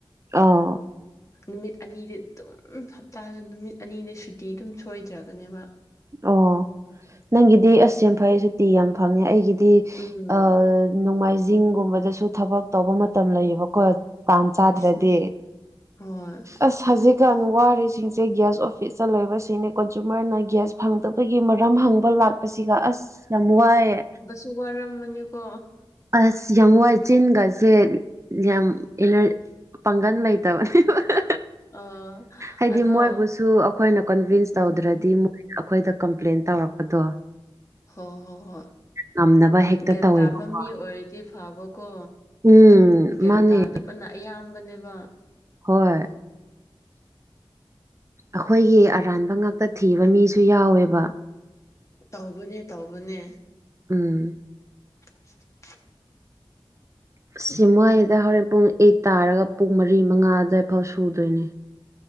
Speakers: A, on the right (about 30°); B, on the left (about 35°).
A: ꯑꯣ
B: ꯅꯨꯃꯤꯠ ꯑꯅꯤꯗꯤ ꯑꯗꯨꯝ ꯍꯞꯇꯥꯗ ꯅꯨꯃꯤꯠ ꯑꯅꯤꯗꯤ ꯁꯨꯇꯤ ꯑꯗꯨꯝ ꯁꯣꯏꯗ꯭ꯔꯕꯅꯦꯕ
A: ꯑꯣ ꯅꯪꯒꯤꯗꯤ ꯑꯁ ꯌꯥꯝ ꯐꯩꯌꯦ ꯁꯨꯇꯤ ꯌꯥꯝ ꯐꯪꯉꯦ ꯑꯩꯒꯤꯗꯤ
B: ꯎꯝ
A: ꯑꯥ ꯅꯣꯡꯃꯥꯏꯖꯤꯡ ꯒꯨꯝꯕꯗꯁꯨ ꯊꯥꯕꯛ ꯇꯧꯕ ꯃꯇꯝ ꯂꯩ ꯕꯀꯣ ꯇꯥꯟ ꯆꯥꯗ꯭ꯔꯗꯤ
B: ꯑꯁ ꯍꯣꯏ
A: ꯑꯁ ꯍꯧꯖꯤꯛꯀꯥꯟ ꯋꯥꯔꯤꯔꯤꯁꯤꯡꯁꯦ ꯒ꯭ꯌꯥꯁ ꯑꯣꯐꯤꯁꯇ ꯂꯣꯏꯕꯁꯤꯅꯦ ꯀꯟꯖꯨꯃꯔꯅ ꯒ꯭ꯌꯥꯁ ꯐꯪꯗꯕ ꯑꯩꯈꯣꯏꯒꯤ ꯃꯔꯝ ꯍꯪꯕ ꯂꯥꯛꯄꯁꯤꯒ ꯑꯁ ꯌꯥꯝ ꯋꯥꯏꯌꯦ
B: ꯁꯨ ꯋꯥꯔꯝꯕꯅꯤꯀꯣ
A: ꯑꯁ ꯌꯥꯝ ꯋꯥꯏ ꯆꯤꯟꯒꯁꯦ ꯌꯥꯝ ꯏꯅꯔ ꯄꯥꯡꯒꯟ ꯂꯩꯇꯕ <unintelligible>
B: ꯑ
A: ꯍꯥꯏꯗꯤ
B: ꯑꯗꯣ
A: ꯃꯣꯏꯕꯨꯁꯨ ꯑꯈꯣꯏꯅ ꯀꯟꯚꯤꯟꯁ
B: ꯎꯝ
A: ꯇꯧꯗ꯭ꯔꯗꯤ ꯃꯨꯛ ꯑꯈꯣꯏꯗ ꯀꯝꯄ꯭ꯂꯦꯟ ꯇꯧꯔꯛꯄꯗꯣ
B: ꯍꯣ ꯍꯣ ꯍꯣꯏ
A: ꯉꯝꯅꯕ ꯍꯦꯛꯇ
B: ꯒ꯭ꯌꯥꯟ
A: ꯇꯧꯋꯦꯕꯀꯣ
B: ꯇꯥꯕ ꯃꯤ ꯑꯣꯏꯔꯗꯤ ꯐꯥꯕꯀꯣ
A: ꯎꯝ
B: ꯒ꯭ꯌꯥꯟ
A: ꯃꯥꯅꯦ
B: ꯇꯥꯗꯕꯅ ꯑꯌꯥꯝꯕꯅꯦꯕ
A: ꯍꯣꯏ ꯑꯈꯣꯏꯒꯤ ꯑꯔꯥꯟꯕ ꯉꯥꯛꯇ ꯊꯤꯕ ꯃꯤꯁꯨ ꯌꯥꯎꯋꯦꯕ
B: ꯇꯧꯕꯅꯦ ꯇꯧꯕꯅꯦ
A: ꯎꯝ
B: <inaudible>
A: ꯑꯁ ꯃꯣꯏꯗ ꯍꯣꯔꯦꯟ ꯄꯨꯡ ꯑꯩꯠ ꯇꯥꯔꯒ ꯄꯨꯡ ꯃꯔꯤ ꯃꯉꯥ ꯑꯗꯥꯏꯐꯥꯎ ꯁꯨꯗꯣꯏꯅꯦ